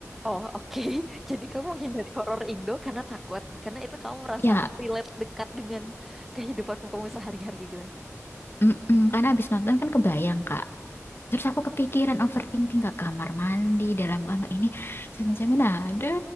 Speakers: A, in the centre; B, on the left.
A: oh oke. <laughs> Jadi kamu menghindari horor Indo karena takut, karena itu kamu merasa
B: Ya,
A: relate dekat dengan kehidupan kamu sehari-hari gitu.
B: mm-mm, karena habis nonton kan kebayang, Kak. Terus aku kepikiran overthinking ke kamar mandi, dalam kamar ini. Jangan-jangan ada